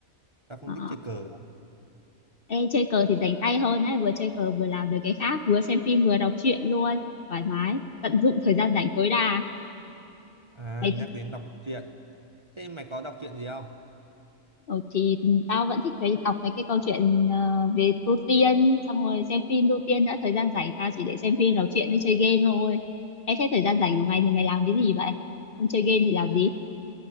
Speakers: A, on the right (about 25°); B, on the left (about 45°).
A: Tao không
B: Ờ,
A: thích chơi cờ lắm.
B: ê, chơi cờ thì rảnh tay hơn ấy, vừa chơi cờ vừa làm được cái khác, vừa xem phim vừa đọc truyện luôn. Thoải mái, tận dụng thời gian rảnh tối đa.
A: À,
B: Mày
A: nhắc đến đọc truyện. Thế mày có đọc truyện gì không?
B: Ừ, thì tao vẫn thích cái đọc mấy cái câu chuyện ờ, về tu tiên xong rồi xem phim tu tiên đã thời gian rảnh tao chỉ để xem phim đọc truyện với chơi game thôi Ê, thế thời gian rảnh của mày thì mày làm cái gì vậy không chơi game thì làm gì